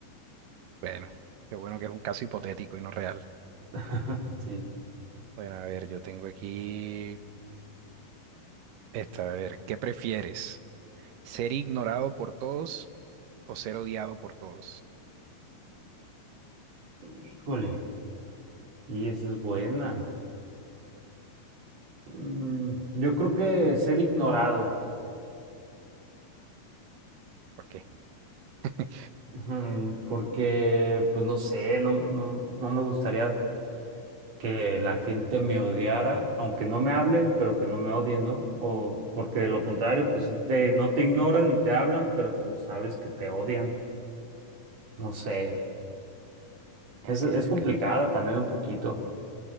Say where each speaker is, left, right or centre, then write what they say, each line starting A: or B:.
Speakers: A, on the right (about 75°); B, on the right (about 45°).
A: Bueno, qué bueno que es un caso hipotético y no real.
B: <laughs> Sí.
A: Bueno, a ver, yo tengo aquí esta, a ver, ¿qué prefieres? ¿Ser ignorado por todos o ser odiado por todos?
B: Híjole. Y esa es buena. Mm, yo creo que ser ignorado.
A: ¿Por qué? <laughs>
B: Ujú, Porque, pues no sé, no, no, no me gustaría que la gente me odiara, aunque no me hablen, pero que no me odien, ¿no? O porque de lo contrario, pues sí te, no te ignoran ni te hablan, pero pues sabes que te odian. No sé.
A: Ok,
B: Es, es complicada
A: ok.
B: también un poquito.